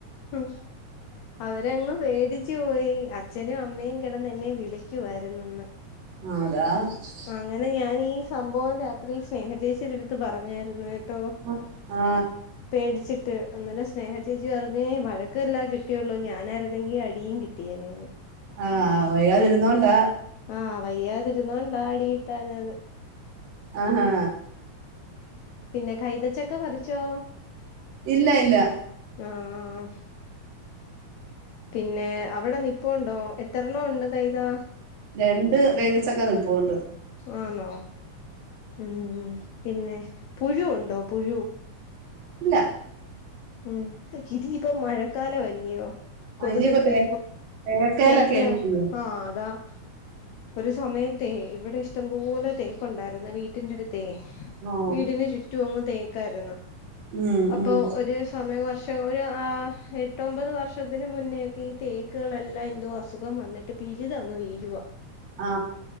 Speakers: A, on the left; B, on the right.
A: ഉം അവരങ്ങ് പേടിച്ചു പോയി അച്ഛനും അമ്മയും <unintelligible> <unintelligible> എന്നെ വിളിക്കുവായിയിരുന്നന്ന്
B: <unintelligible>
A: അങ്ങനെ ഞാൻ ഈ സംഭവം രാത്രി സ്നേഹചേച്ചീടെ എടുത്ത് പറഞ്ഞായിരുന്നു കേട്ടോ
B: <unintelligible> ആ
A: പേടിച്ചിട്ട് അന്നേരം സ്നേഹ ചേച്ചി <unintelligible> <unintelligible> വഴക്കെല്ല കിട്ടിയുള്ളൂ ഞാനായിരുന്നെങ്കിൽ അടിയും കിട്ടിയേനെ ന്ന്
B: ആ വയ്യാതെയിരുന്നോണ്ട
A: ആ വയ്യാതിരുന്നോണ്ട അടികിട്ടാഞ്ഞത്
B: ആ ഹാ
A: പിന്നെ കൈതച്ചക്കെ പറിച്ചോ
B: ഇല്ല ഇല്ല
A: ആ ആ പിന്നെ അവിടെ നിപ്പോണ്ടോ എത്രണ്ണോണ്ട് കൈതാ
B: രണ്ട് കൈതച്ചക്ക നിൽപ്പുണ്ട്
A: ആന്നോ ഉം പിന്നെ പുഴു ഉണ്ടോ പുഴ
B: ഇല്ല
A: ഉം ഇതിയിപ്പ മഴക്കാല അല്യോ
B: ആ
A: കൊതുകൊക്കെ
B: ഇനിയിപ്പോ തേ തേക്കേലൊക്കെയാണ്
A: <unintelligible>
B: ചെയ്യ
A: ആ അതാ ഒരു സമയത്തൈ ഇവിടെ ഇഷ്ടംപോലെ തേകുണ്ടായിരുന്നെ വീട്ടിന്റെ അടുത്തേ
B: ഓ
A: വീടിന് ചുറ്റും ഒങ്ങ് തേക്കായിരുന്നു
B: ഉം
A: അപ്പൊ
B: ഉം
A: <unintelligible> <unintelligible> ഒരു എട്ടൊമ്പത് വർഷത്തിന് മുന്നേക്കെ ഈ തേക്കുകളെല്ലാം എന്തോ അസുഖം വന്നിട്ട് പിഴിതങ്ങ് വീഴുവാ
B: ആ